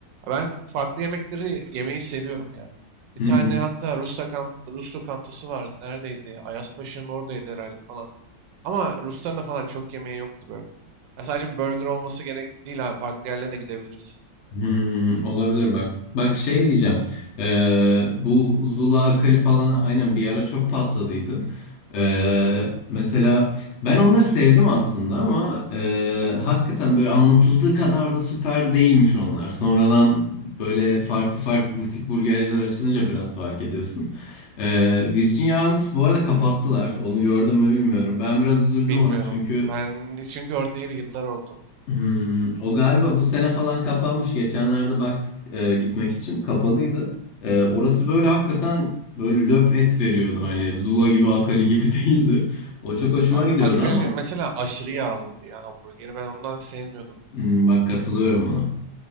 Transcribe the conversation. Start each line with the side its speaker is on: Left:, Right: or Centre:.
Right: Ya Ben farklı yemekleri yemeyi seviyorum ya. Bir
Left: Hı hı.
Right: tane hatta Rus, lokan- Rus lokantası vardı. Neredeydi? Ayazpaşa'nın oradaydı herhalde falan. Ama Rusların da falan çok yemeği yoktu böyle. Ya sadece burger olması gerek değil abi. Farklı yerlere de gidebiliriz.
Left: Hmm, olabilir bak. Bak şey diyeceğim. Ee, bu Zula Akali falan aynen bir ara çok patladıydı. Ee, mesela ben onları sevdim aslında ama e, hakikaten böyle anlatıldığı kadar da süper değilmiş onlar. Sonradan böyle farklı farklı butik burgerciler açılınca biraz fark ediyorsun. Ee, Virginia Angus bu arada kapattılar. Onu gördüm mü bilmiyorum. Ben biraz üzüldüm
Right: Bilmiyorum.
Left: ona çünkü
Right: Ben çünkü orada değil yıllar oldu.
Left: Hmm, o galiba bu sene falan kapanmış. Geçenlerde baktık e, gitmek için kapalıydı. E, orası böyle hakikaten böyle löp et veriyordu. Hani Zula gibi Akali gibi <laughs> değildi. O çok hoşuma
Right: Abi
Left: gidiyordu
Right: Akali'nin
Left: ama
Right: mesela aşırı yağlıydı ya hamburgeri. Ben ondan sevmiyordum.
Left: hmm, bak katılıyorum ona.